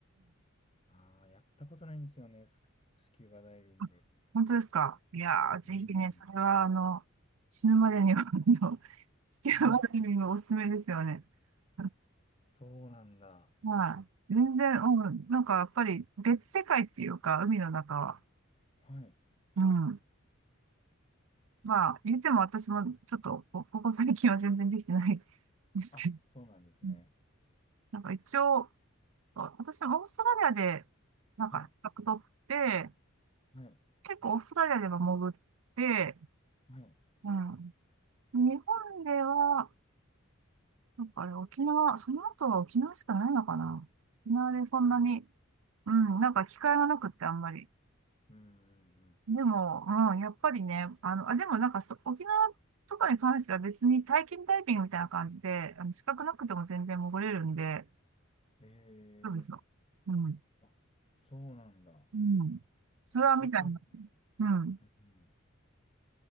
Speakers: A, on the left (about 30°); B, on the right (about 80°).
A: ああ、やったことないんですよね、スク、スキューバダイビング。
B: あ本当ですか。いやー、ぜひね、
A: うーん。
B: それは、あの、死ぬまでには、<laughs> あの、スキャバダイビングおすすめですよね。
A: <laughs>
B: <laughs>
A: そうなんだ。
B: はい。全然、
A: あ
B: うん、なんかやっぱり別世界っていうか、海の中は。
A: はい。
B: うん。まあ、言っても私もちょっと、こここ最近は全然できてないんですけど、
A: あ、そうなんですね。
B: うんなんか一応、あ私はオーストラリアで、なんか、
A: はい。
B: 資格取って、
A: はい。
B: 結構オーストラリアでも潜って、
A: はい。
B: うん。日本では、なんかあれ、沖縄、その後は沖縄しかないのかな沖縄でそんなに、
A: うん。
B: うん、なんか機会がなくってあんまり。
A: うん。うん。
B: でも、うん、やっぱりね、あの、あ、でもなんかそ、沖縄とかに関しては別に体験ダイビングみたいな感じで、あの、資格なくても全然潜れるんで、
A: ええ
B: そうですよ。うん。
A: ー。あ、そうなんだ。
B: うん。ツアーみたいな。
A: いけちゃう。
B: うん。
A: うん。